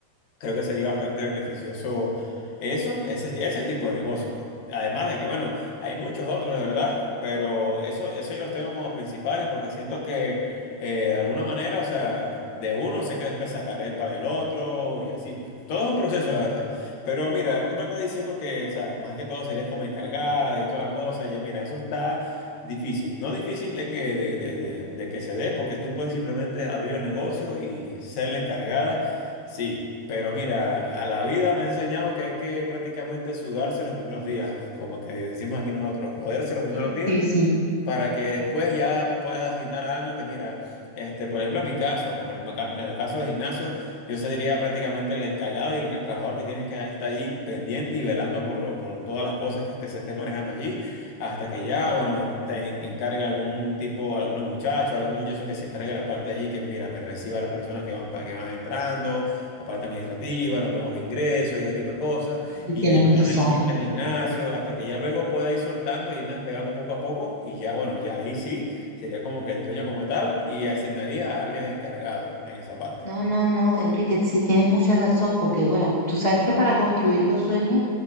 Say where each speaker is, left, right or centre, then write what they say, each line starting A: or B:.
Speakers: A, on the left (about 60°); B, on the left (about 25°).
A: Creo que sería bastante beneficioso eso, ese, ese tipo de negocio, pues. Además de que, bueno, hay muchos otros, de verdad, pero eso, eso yo los tengo como principales porque siento que eh, de alguna manera, o sea, de uno sé que después sacaré para el otro y así, pues. Todo es un proceso, la verdad. Pero mira, tú me estás diciendo que, o sea, más que todo serías como encargada y toda la cosa. Y yo, mira, eso está difícil. No difícil de que, de de- de- de que se dé, porque tú puedes simplemente abrir el negocio y ser la encargada Sí, pero mira, a la vida me ha enseñado que hay que prácticamente sudarse los primeros días, como que decimos aquí nosotros, joderse los primeros
B: Sí,
A: días
B: sí, sí,
A: para que después ya puedas asignar a alguien que, mira, este, por ejemplo, en mi caso, por el- maca- en el caso del gimnasio, yo sería prácticamente el encargado y el trabajador que tienes que estar allí pendiente y velando por, lo, por todas las cosas que este, se esté manejando allí, hasta que ya, bueno, en- te en- encargue algún tipo, alguna muchacho, algún muchacho que se encargue de la parte allí, que mira, me reciba a las personas que van, pa- que van entrando, la parte administrativa, los nuevos ingresos y ese tipo de cosas.
B: sí,
A: Y
B: tienes
A: hay unos
B: razón.
A: en la parte de gimnasio, hasta que ya luego pueda ir soltando, e irme despegando poco a poco, y ya, bueno, ya ahí sí sería como que el dueño como tal y asignaría a alguien encargado en esa parte.
B: No, no, no, Enrique, sí tienes mucha razón, porque bueno, tú sabes que para construir los sueños